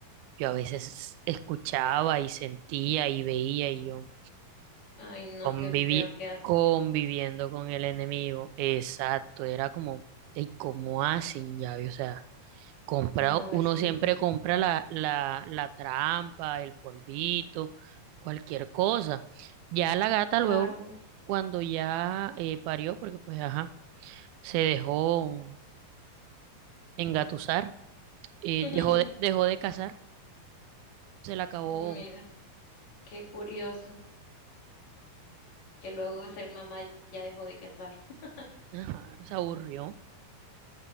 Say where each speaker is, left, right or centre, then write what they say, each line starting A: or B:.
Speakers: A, on the right (about 80°); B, on the left (about 50°).
A: yo a veces escuchaba y sentía y veía y yo,
B: Ay, no,
A: Convivi-
B: qué feo, qué asco.
A: conviviendo con el enemigo. Exacto, era como, ¿y cómo hacen llave? O sea, comprado,
B: No,
A: uno
B: es que,
A: siempre compra la, la, la trampa, el polvito, cualquier cosa. Ya la gata
B: claro.
A: luego, cuando ya eh, parió, porque pues ajá, se dejó engatusar, eh,
B: <laughs>
A: dejó de, dejó de cazar, se la acabó,
B: Mira, qué curioso que luego de ser mamá ya dejó de cazar. <laughs>
A: ajá, se aburrió.